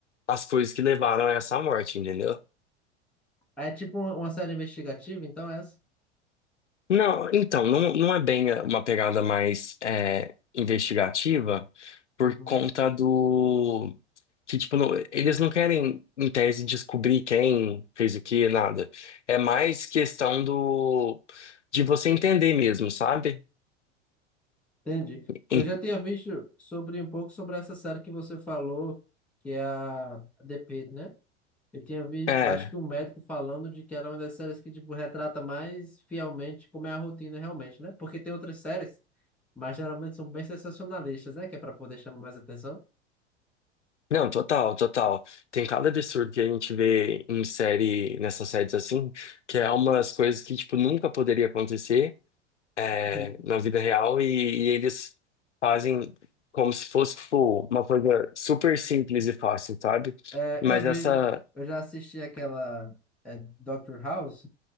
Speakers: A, on the left; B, in the centre.
A: as coisas que levaram a essa morte, entendeu?
B: Ah, É tipo uma uma série investigativa, então é essa?
A: Não, então, não, não é bem uma pegada mais é, investigativa por
B: uhum.
A: conta do que, tipo, não- eles não querem, em tese, descobrir quem fez o que, nada. É mais questão do de você entender mesmo, sabe?
B: Entendi.
A: Em-
B: Eu já tinha visto sobre um pouco sobre essa série que você falou, que é a The Pitt, né? Eu tinha visto,
A: É,
B: eu acho que um médico falando de que ela é uma das séries que, tipo, retrata mais fielmente como é a rotina realmente, né? Porque tem outras séries, mas geralmente são bem sensacionalistas, né? Que é pra poder chamar mais atenção.
A: não, total, total. Tem cada absurdo que a gente vê em série, nessas séries assim, que é umas coisas que, tipo, nunca poderia acontecer. é,
B: Uhum.
A: na vida real e, e eles fazem como se fosse, tipo, uma coisa super simples e fácil, sabe?
B: É,
A: Mas
B: eu vejo,
A: essa,
B: eu já assisti aquela é, Doctor House,